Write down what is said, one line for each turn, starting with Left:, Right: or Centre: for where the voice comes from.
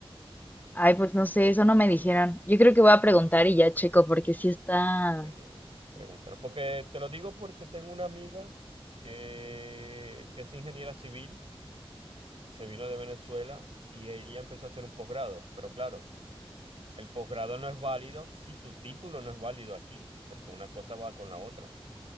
Left: Ay, pues no sé, eso no me dijeron. Yo creo que voy a preguntar y ya checo porque sí está...
Right: Eh, preguntar, porque te lo digo porque tengo una amiga que es ingeniera civil, se vino de Venezuela y ella empezó a hacer un posgrado, pero claro, el posgrado no es válido si tu título no es válido aquí, porque una cosa va con la otra.